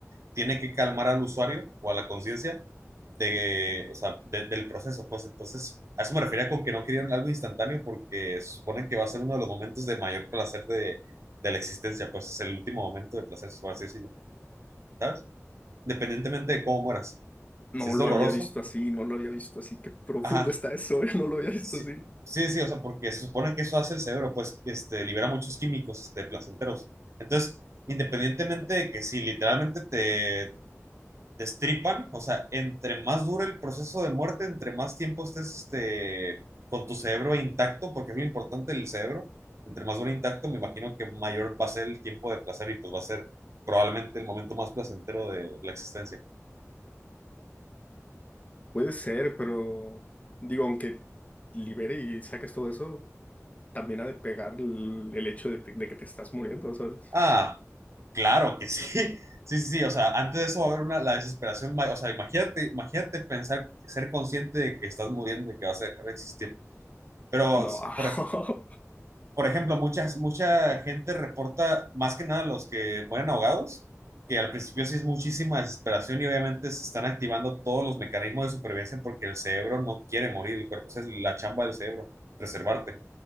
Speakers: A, on the right; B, on the left.
A: tiene que calmar al usuario o a la conciencia de, o sea, de- del proceso. Pues entonces, a eso me refería con que no querían algo instantáneo porque se supone que va a ser uno de los momentos de mayor placer de, de la existencia. Pues es el último momento de placer, por así decirlo, ¿sabes? Independientemente de cómo mueras.
B: No
A: Si es
B: lo
A: doloroso,
B: había visto así, no lo había visto así. Qué profundo
A: ajá.
B: está eso, <laughs> no lo había visto
A: Sí,
B: así.
A: sí, sí, o sea, porque se supone que eso hace el cerebro, pues este, libera muchos químicos este, placenteros. Entonces, independientemente de que si literalmente te, destripan, o sea, entre más dure el proceso de muerte, entre más tiempo estés este, con tu cerebro intacto, porque es lo importante del cerebro, entre más dure intacto, me imagino que mayor va a ser el tiempo de placer y pues va a ser probablemente el momento más placentero de la existencia.
B: Puede ser, pero digo, aunque libere y saques todo eso, también ha de pegar el, el hecho de, te- de que te estás muriendo, ¿sabes?
A: Ah, claro que sí. <laughs> Sí, sí, sí, o sea, antes de eso va a haber una, la desesperación, ma- o sea, imagínate, imagínate pensar, ser consciente de que estás muriendo y que vas a dejar de existir. Pero,
B: No.
A: por,
B: <laughs>
A: por ejemplo, muchas, mucha gente reporta, más que nada los que mueren ahogados, que al principio sí es muchísima desesperación y obviamente se están activando todos los mecanismos de supervivencia porque el cerebro no quiere morir, el cuerpo, esa es la chamba del cerebro, preservarte.